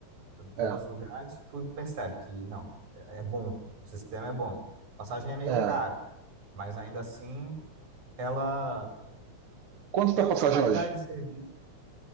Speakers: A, on the right (about 70°); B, on the right (about 55°).
A: nos
B: é,
A: outros lugares, tu percebe que não, é é bom, o sistema é bom. A passagem é meio
B: é.
A: cara, mas ainda assim, ela,
B: Quanto
A: pela
B: tá a passagem
A: qualidade
B: hoje?
A: do serviço,